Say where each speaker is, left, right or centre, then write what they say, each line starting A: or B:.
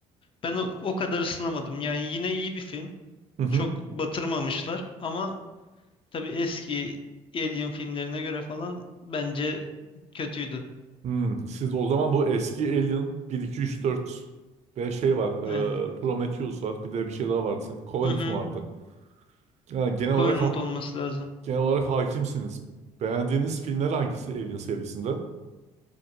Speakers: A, on the left; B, on the right.
A: ben o, o kadar ısınamadım. Yani yine iyi bir film.
B: Hı hı.
A: Çok batırmamışlar. Ama tabii eski Alien filmlerine göre falan bence kötüydü.
B: Hmm. Siz o zaman bu eski Alien bir 2 3 4 ve şey var.
A: Aynen.
B: E, Prometheus var. Bir de bir şey daha vardı sanki. Covenant
A: Hı hı.
B: mı vardı? Yani genel
A: Covenant
B: olarak ha
A: olması lazım.
B: genel olarak hakimsiniz. Beğendiğiniz filmler hangisi Alien serisinde?